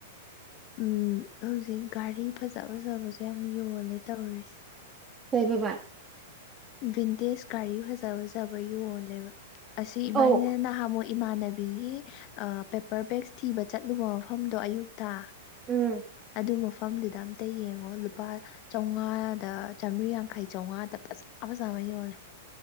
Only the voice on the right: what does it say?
<unintelligible>
ꯑꯧ
ꯎꯝ